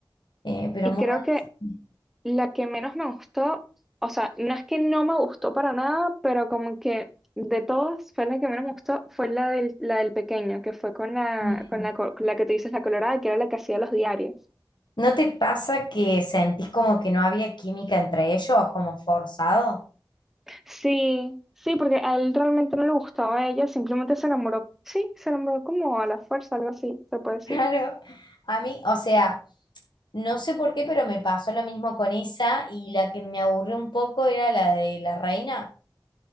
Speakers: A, on the left; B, in the centre.
A: Eh, pero
B: Y
A: muy
B: creo
A: buenas-
B: que la que menos me gustó, o sea, no es que no me gustó para nada, pero como que de todas fue la que menos me gustó, fue la del, la del pequeño, que fue con la,
A: Mm.
B: con la, co- la que tú dices, la colorada, que era la que hacía los diarios.
A: ¿No te pasa que sentís como que no había química entre ellos, como forzado? <laughs>
B: Sí, sí, porque a él realmente no le gustaba a ella, simplemente se enamoró, sí, se enamoró como a la fuerza, algo así, se puede decir.
A: Claro, a mí, o sea, no sé por qué, pero me pasó lo mismo con esa y la que me aburrió un poco era la de la reina.